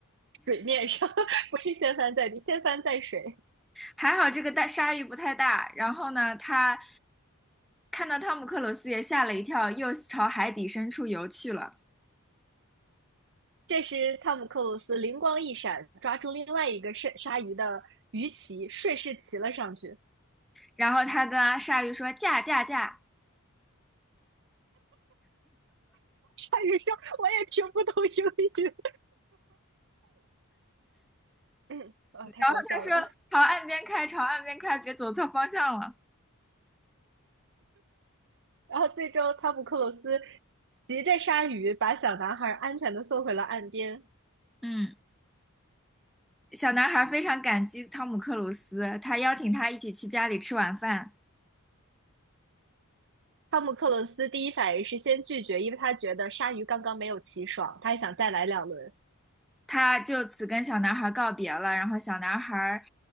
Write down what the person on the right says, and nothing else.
水面上，<laughs> 不是掀翻在地，掀翻在水。
这时，汤姆克鲁斯灵光一闪，抓住另外一个鲨鲨鱼的鱼鳍，顺势骑了上去。
鲨鱼说：“我也听不懂英语。”嗯，啊，
太搞笑了。
然后最终，汤姆克鲁斯骑着鲨鱼把小男孩安全的送回了岸边。
汤姆克鲁斯第一反应是先拒绝，因为他觉得鲨鱼刚刚没有骑爽，他还想再来两轮。